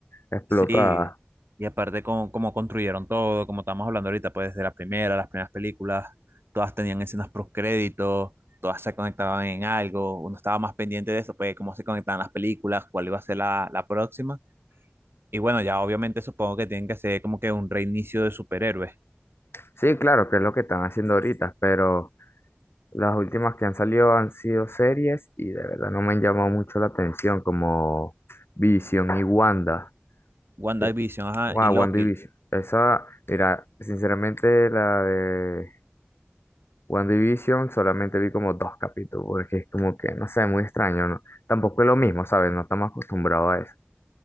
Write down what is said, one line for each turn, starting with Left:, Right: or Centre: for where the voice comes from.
Left: explotada.
Right: Sí, y aparte como, como construyeron todo, como estamos hablando ahorita, pues desde la primera, las primeras películas, todas tenían escenas postcréditos, todas se conectaban en algo, uno estaba más pendiente de eso, pues cómo se conectaban las películas, cuál iba a ser la, la próxima. Y bueno, ya obviamente supongo que tienen que hacer como que un reinicio de superhéroes.
Left: Sí, claro, que es lo que están haciendo ahorita, pero las últimas que han salido han sido series y de verdad no me han llamado mucho la atención, como Vision y Wanda.
Right: WandaVision,
Left: que-
Right: ajá,
Left: Wow,
Right: y Loki.
Left: WandaVision. Esa, mira, sinceramente la de WandaVision solamente vi como dos capítulos, porque es como que, no sé, muy extraño, ¿no? Tampoco es lo mismo, ¿sabes? No estamos acostumbrados a eso.